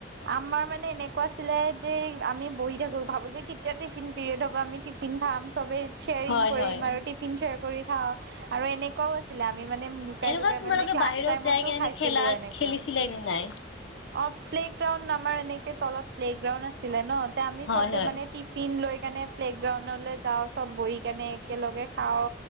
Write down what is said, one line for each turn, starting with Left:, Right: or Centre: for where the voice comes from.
Right: আমাৰ মানে এনেকুৱা আছিলে। যে আমি বহি থাকোঁ, ভাবোঁ যে কেতিয়া টিফিন পিৰিয়ড হব আমি টিফিন খাম চবে শ্বেয়াৰিং
Left: হয়
Right: কৰিম,
Left: হয়
Right: আৰু টিফিন শ্বেয়াৰ কৰি খাওঁ, আৰু এনেকুৱাও আছিলে আমি মানে, লুকাই-লুকাই
Left: এনেকুৱা তোমালোকে
Right: মানে ক্লাছ
Left: বাহিৰত
Right: টাইমটো
Left: যাই কেনে
Right: খাইছিলো
Left: খেলা
Right: এনেকুৱা
Left: খেলিছিলা নে নাই
Right: অ'। প্লেগ্ৰাউণ্ড আমাৰ এনেকে তলত প্লেগ্ৰাউণ্ড আছিলে নহ, তে আমি
Left: হয়
Right: চবে
Left: হয়
Right: মানে টিফিন লৈ কাৰণে প্লেগ্ৰাউণ্ডলে যাওঁ, চব বহি কেনে একেলগে খাওঁ